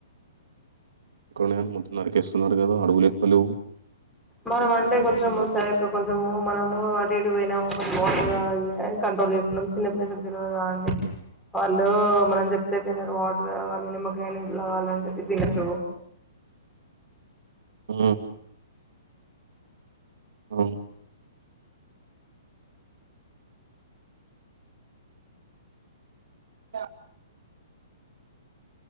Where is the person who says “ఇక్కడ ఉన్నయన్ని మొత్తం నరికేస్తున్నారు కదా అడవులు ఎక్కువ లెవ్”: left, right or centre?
Right